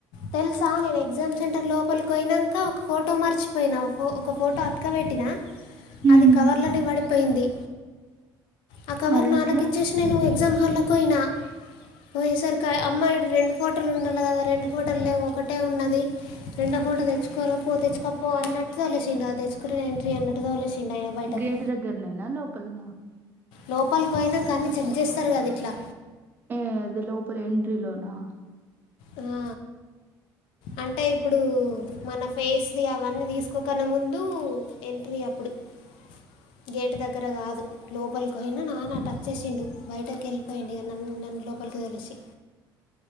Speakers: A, on the left; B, on the right.
A: తెలుసా నేను ఎగ్జామ్ సెంటర్ లోపలికి పోయినాక ఒక ఫోటో మర్చిపోయినా ఫ ఒక ఫోటో అతకబెట్టినా
B: ఉమ్,
A: అది కవర్లనే పడిపోయింది ఆ కవర్
B: మరి
A: నాన్న
B: ఎట్లా
A: ఇచ్చేసి నేను ఎగ్జామ్ హాల్ల్లోకి పోయినా పోయేసరికి అమ్మాయిడు రెండు ఫోటోలు ఉండాలి కదా రెండు ఫోటోలు లెవ్ ఒకటే ఉన్నది రెండో ఫోటో తెచ్చుకోల పో తెచ్చుకోకపో అన్ అంట్సాలు ఎసిండు అది తెచ్చుకుంటే నేను ఎంట్రీ తోలేసిండు ఆయన బయటకు
B: గేట్ దగ్గరనేనా లోపల ఉన్నవ
A: లోపలికి పోయినంక అన్ని చెక్ చేస్తారు కదా ఇట్లా
B: ఏ అది లోపలే ఎంట్రిలోనా
A: ఆ అంటే ఇప్పుడు మన ఫేస్ అవన్నీ తీసుకోకనే ముందు ఎంట్రీ అప్పు ఇప్పుడు గేటు దగ్గర కాదు లోపలికి అయినా నాన్న టచ్ చేసిండు బయటకి వెళ్ళిపోయిడు నన్ను లోపలికి తెలిసి